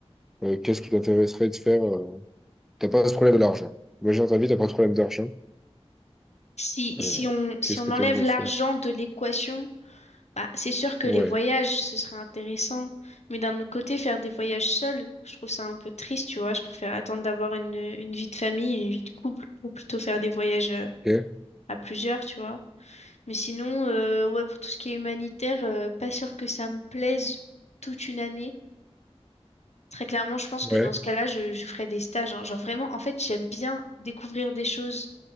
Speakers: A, in the centre; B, on the left.
A: euh, qu'est-ce qui t'intéresserait de faire? euh, T'as pas ce problème de l'argent. Imagine dans ta vie, t'as pas de problème d'argent.
B: Si,
A: Euh,
B: si on, si
A: Qu'est-ce
B: on
A: que
B: enlève
A: tu aimerais
B: l'argent
A: faire?
B: de l'équation, bah, c'est sûr que
A: Ouais.
B: les voyages, ce serait intéressant. Mais d'un autre côté, faire des voyages seuls, je trouve ça un peu triste, tu vois. Je préfère attendre d'avoir une, une vie de famille, une vie de couple, pour plutôt faire des voyages euh,
A: Ok.
B: à plusieurs, tu vois. Mais sinon, euh, ouais, pour tout ce qui est humanitaire, euh, pas sûr que ça me plaise toute une année. Très clairement, je pense
A: Ouais.
B: que dans ce cas-là, je, je ferais des stages. hein. Genre vraiment, en fait, j'aime bien découvrir des choses,